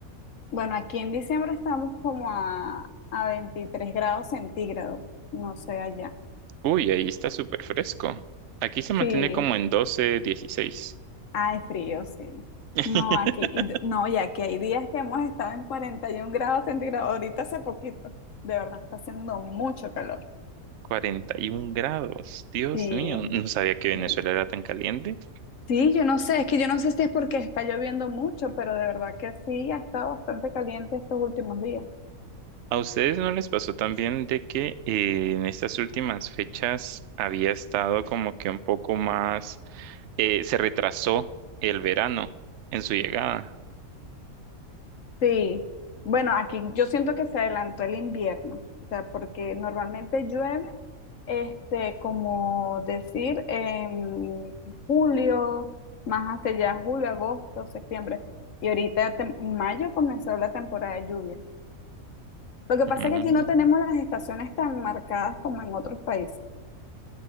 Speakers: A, on the left; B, on the right.
A: Bueno, aquí en diciembre estamos como a, a 23 grados centígrados, no sé allá.
B: Uy, ahí está súper fresco. Aquí se mantiene
A: Sí,
B: como en doce dieciséis
A: hay frío, sí.
B: <laughs>
A: No, aquí, y d- no, y aquí hay días que hemos estado en 41 grados centígrados, ahorita hace poquito. De verdad, está haciendo mucho calor.
B: 41 grados. Dios
A: Sí,
B: mío, no sabía que Venezuela
A: sí.
B: era tan caliente.
A: Sí, yo no sé, es que yo no sé si es porque está lloviendo mucho, pero de verdad que sí, ha estado bastante caliente estos últimos días.
B: ¿A ustedes no les pasó también de que eh, en estas últimas fechas había estado como que un poco más, eh, se retrasó el verano en su llegada?
A: Sí, bueno, aquí yo siento que se adelantó el invierno, o sea, porque normalmente llueve. Este, como decir, en julio, más hacia allá, julio, agosto, septiembre. Y ahorita tem- en mayo comenzó la temporada de lluvia. Lo que
B: Mm.
A: pasa es que aquí no tenemos las estaciones tan marcadas como en otros países.